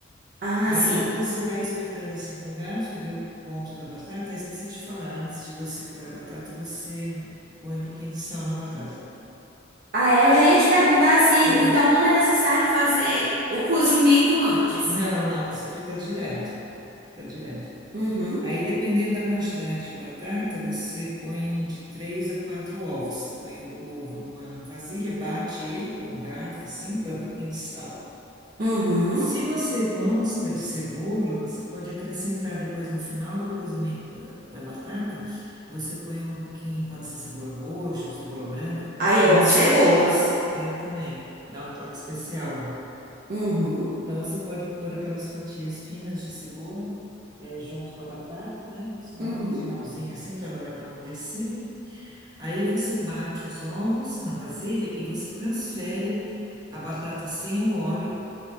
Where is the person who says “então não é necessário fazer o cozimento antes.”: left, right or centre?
Right